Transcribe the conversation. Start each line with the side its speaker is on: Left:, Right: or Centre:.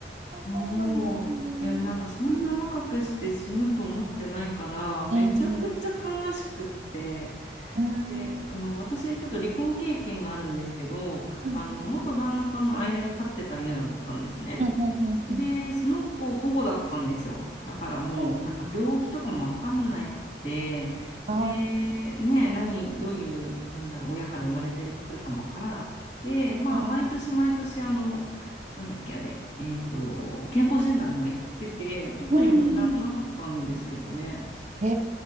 Left: もう、
Right: そうなんですね。
Left: で、なんかそんな若くして死ぬと思ってないから、めちゃくちゃ悲しくって、
Right: うんうん。
Left: で、あの、
Right: ね
Left: 私ちょっと離婚経験があるんですけど、
Right: え。はい。
Left: あの、元旦那との間に飼ってた犬だったんですね。
Right: うんうんうん
Left: で、その子保護だったんですよ。だからもうなんか病気とかもわかんなくて、
Right: うん。あ
Left: で、ね、何、どういう、なんだろう、親から生まれてくるかもわからなくて、まあ、
Right: あー、
Left: 毎年毎年、あの、なんだっけ、あれ、えっと、健康診断には行ってて、特に問題もなかったんですけどね。
Right: うん。うんうん。え